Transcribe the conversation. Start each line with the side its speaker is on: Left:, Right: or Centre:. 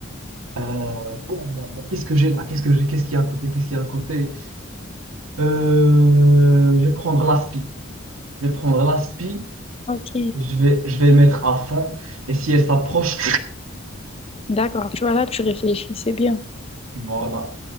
Right: Euh, bon, bon, bon, qu'est-ce que j'ai là? Qu'est-ce que j'ai? Qu'est-ce qu'il y a à côté? Qu'est-ce qu'il y a à côté? Euh, je vais prendre l'aspi. Je vais prendre l'aspi.
Left: ok.
Right: Je vais, je vais le mettre à fond. Et si elle s'approche,
Left: D'accord, tu vois, là, tu réfléchis, c'est bien.
Right: <tsk> voilà.